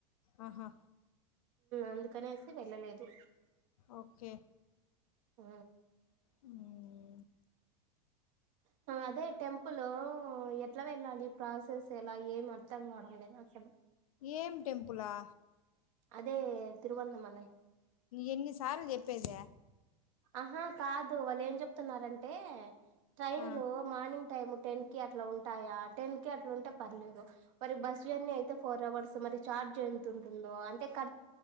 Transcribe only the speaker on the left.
ఆ హా
ఓకే
అ
ఏం టెంపులా
ఎన్ని సార్ చెప్పేద
ఆ